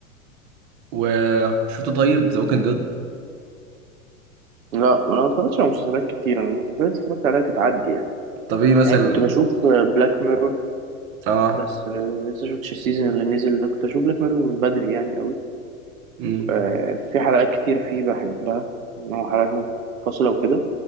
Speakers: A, on the right; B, on the right.
A: وشفت طيب ذا ووكينج ديد
B: لا ما انا ما اتفرجتش على مسلسلات كتير انا المسلسلات اتفرجت عليها تتعدي يعني
A: طب ايه مثلا
B: يعني كنت بشوف بلاك ميرور
A: اه
B: بس آه، لسه شفتش السيزون اللي نزل ده كنت اشوف بلاك ميرور من بدري يعني قوي
A: امم
B: آه، في حلقات كتير فيه بحبها إن هو حلقات منفصلة وكده